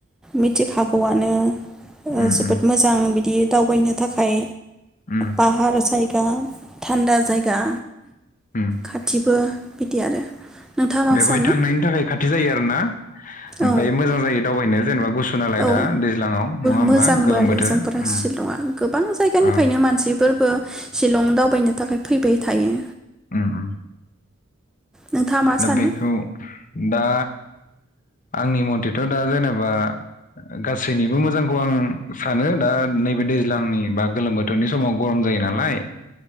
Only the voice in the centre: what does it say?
मिथिखागौआनो। ओ
जोबोद
मोजां बिदि। दावबायनो थाखाय।
पाहार साइ गा थान्दा जायगा।
खाथिबो। बिदि आरो नोंथाङा मा
सानो
औ
औ
मोजांबो
आरो
जोंफोर
शिलंआ गोबां जायगानिफ्रायनो
मानसिबो बो शिलं दावबायनो थाखाय फैबाय थायो।
नोंथाङा मा
सानो